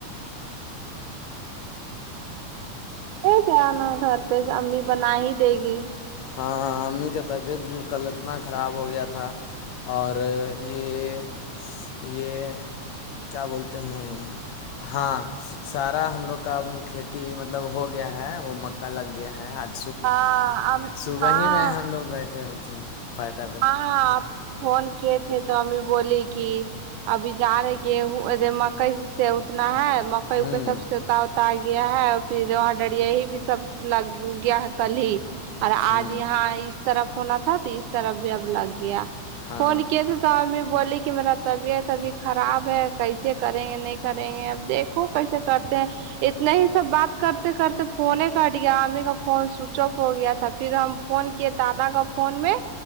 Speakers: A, on the right; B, on the left.
A: لے جانا گھر پہ امی بنا ہی دے گی
B: ہاں امی کا طبیعت بھی کل اتنا خراب ہو گیا تھا اور یہ یہ کیا بولتے ہیں ہاں سارا ہم لوگ کاب کھیتی مطلب ہو گیا ہے وہ مکا لگ گیا ہے ہاد
A: ہاں
B: تو وہی
A: ہاں
B: میں ہم لوگ بیٹھے ہوتے ہیں پاٹا پہ
A: ہاں آپ فون کی تھے تو امی بولی کہ ابھی جا رہے گیا ہوں مکئی سے اتنا ہے اکے
B: ہوں
A: سب ستا اتا گیا ہے اور پھر وہاں ڈریا ہی بھی سب لگ گیا ہے کل ہی اور آج
B: ہوں
A: یہاں اس طرف ہونا تھا تو اس طرف بھی اب لگ گیا
B: ہاں
A: فون کی تھے تو امی بولی کہ میرا طبیعت ابھی خراب ہے کیسے کریں گے نہیں کریں گے اب دیکھ خو کیسے کرتے ہیں اتنے ہی سب بات کرتے کرتے فونے کٹ گیا امی کا فون سوئچ آف ہو گیا تھا پھر ہم فون کیے دادا کے فون میں